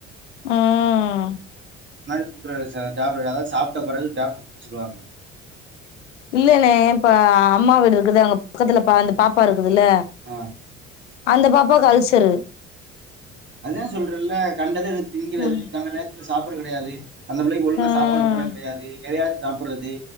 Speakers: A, on the left; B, on the right.
A: ம்
B: <unintelligible> டேப்லெட் அதாது சாப்ட பெறகு டேப் சொல்வாங்க
A: இல்லண்ணே இப்ப அம்மா வீடு இருக்குது அங்க பக்கத்துல பா அந்த பாப்பாரு க்குதுல்ல
B: ஆ
A: அந்த பாப்பாக்கு அல்சரு
B: அதா சொல்றெல்ல கண்டத எடுத் திங்கிறது
A: ம்
B: கண்ட நேரத்துல சாப் புற கிடயாது அந்த பிள்ளக்கி ஒழுங்கா
A: ம்
B: சாப்பாடு போர்றது கெடயாது எதையா சாப்புர்றது